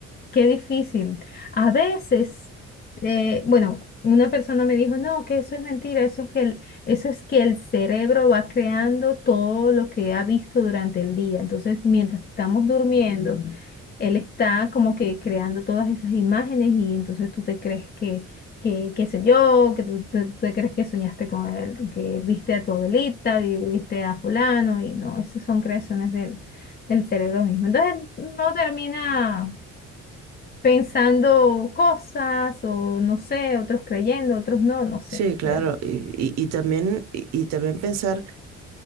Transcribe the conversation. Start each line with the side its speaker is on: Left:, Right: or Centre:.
Left: Qué difícil. A veces, eh, bueno, una persona me dijo, no, que eso es mentira, eso es que el, eso es que el cerebro va creando todo lo que ha visto durante el día. Entonces, mientras que estamos durmiendo, Ujú. él está como que creando todas esas imágenes y entonces tú te crees que, que, qué sé yo, que tú te, tú te crees que soñaste con él, que viste a tu abuelita, vi- viste a fulano y no, esas son creaciones del, del cerebro mismo. Entonces, no termina pensando cosas o no sé, otros creyendo, otros no, no sé,
Right: sí, claro.
Left: de verdad.
Right: Y, y- y también, y, y también pensar